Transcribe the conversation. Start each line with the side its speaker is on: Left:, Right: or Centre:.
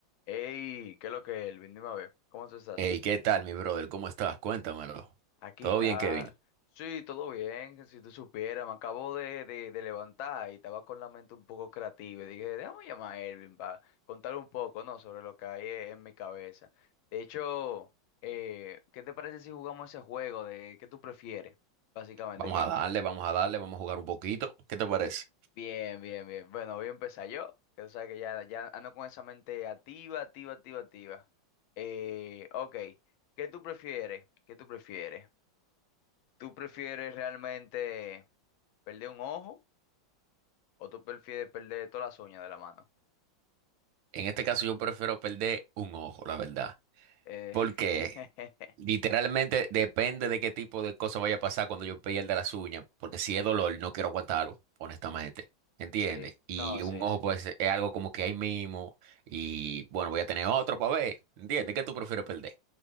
Left: Hey, ¿qué es lo que es, Elvin? Dime a ver, ¿cómo tú estás?
Right: Hey, ¿qué tal, mi brother? ¿Cómo estás? Cuéntamelo.
Left: Aquí
Right: ¿Todo
Left: está.
Right: bien, Kevin?
Left: Sí, todo bien, si tú supieras, me acabo de, de, de levantar y estaba con la mente un poco creativa y dije, déjame llamar a Elvin para contar un poco, ¿no? Sobre lo que hay e- en mi cabeza. De hecho, eh, ¿qué te parece si jugamos ese juego de qué tú prefieres? Básicamente,
Right: Vamos
Left: que
Right: a darle, vamos a darle, vamos a jugar un poquito. ¿Qué te parece?
Left: Bien, bien, bien. Bueno, voy a empezar yo, que tú sabes que ya, ya ando con esa mente activa, activa, activa, activa. Eh, ok, ¿qué tú prefieres? ¿Qué tú prefieres? ¿Tú prefieres realmente perder un ojo o tú prefieres perder todas las uñas de la mano?
Right: En este caso yo prefiero perder un ojo, la verdad.
Left: Eh,
Right: Porque
Left: <laughs>
Right: literalmente depende de qué tipo de cosa vaya a pasar cuando yo pierda las uñas. Porque si es dolor, no quiero aguantarlo, honestamente. ¿Entiendes?
Left: sí,
Right: Y
Left: no, sí,
Right: un ojo
Left: sí.
Right: pues es algo como que ahí mismo. Y bueno, voy a tener otro para ver. ¿Entiendes? ¿Qué tú prefieres perder?